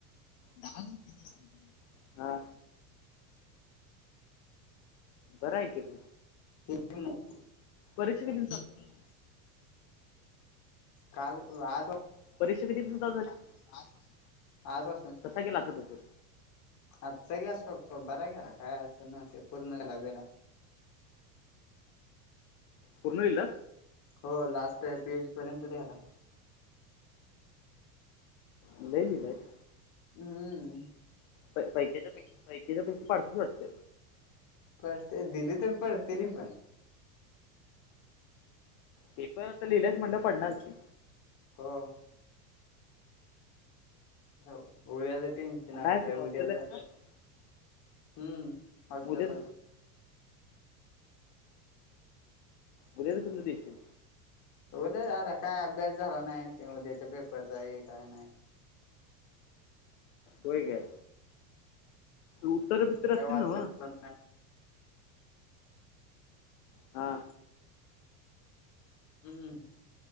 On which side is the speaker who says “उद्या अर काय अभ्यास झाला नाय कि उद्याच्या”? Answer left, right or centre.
Left